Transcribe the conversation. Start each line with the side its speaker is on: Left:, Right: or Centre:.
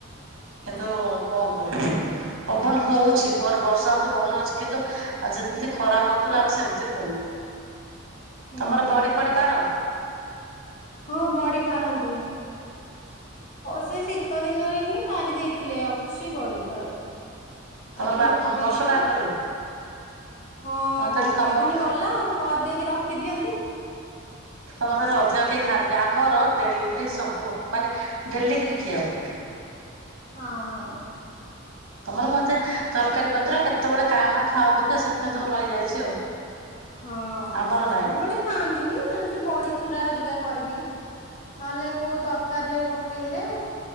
Right: କିନ୍ତୁ
Left: ଓହୋ।
Right: କଣ କରିବା, ପବନ ହଉଛି କୁଆଡେ ବର୍ଷା ହଉଛି ପବନ ହଉଛି କିନ୍ତୁ ଆଉ ଯେମିତି ଖରା ହଉଥିଲା ଆଉ ସେମିତି ହଉନି,
Left: ହୁଁ
Right: ତମର ବଡି ଫଡି ପାର?
Left: ହଁ ବଡି ପାରନ୍ତି। ସେ ଶୀତ ଦିନ ହିଁ ପାରି ଦେଇଥିଲେ ଅଛି ବଡି ଘରେ।
Right: ତମର
Left: ପାରିକି
Right: ବା
Left: ରଖିଦେଇେଚନ୍ତି
Right: ବର୍ଷଟା ଆଗ
Left: ଆଉ।
Right: ରୁହେ।
Left: ହଁ
Right: ଆଉ ତାହେଲେ
Left: ଯେତିକି
Right: ତମର
Left: ଦିନ ଗଲା ଆଉ କରିଦେଇକି ରଖିଦିଅନ୍ତି।
Right: ତମର ତାହେଲେ ଅଧିକ କେହି ଖାଆନ୍ତିନି, ଆମର ଡେଲି ସବୁ ବ ମାନେ ଡେଲି କିନ୍ତୁ ଖିଆହବ।
Left: ହଁ-ହଁ।
Right: ତମର କଣ ଏତେ ତରକାରୀ ପତ୍ର କେତେବେଳେ କାଁ ଭାଁ ଖାଅ ବୋଧେ ସେଥିପାଇଁ ତମର ରହିଯାଇଚି ଆଉ।
Left: ହଁ
Right: ଆମର
Left: ସବୁବେଳେ
Right: ନାଇଁ
Left: ଖାଆନ୍ତିନି ସେମତି ବଡ଼ି ଚୁରା ହରିକା କରିକି ନହେଲେ କୋଉ ତରକାରୀରେ ପକେଇଲେ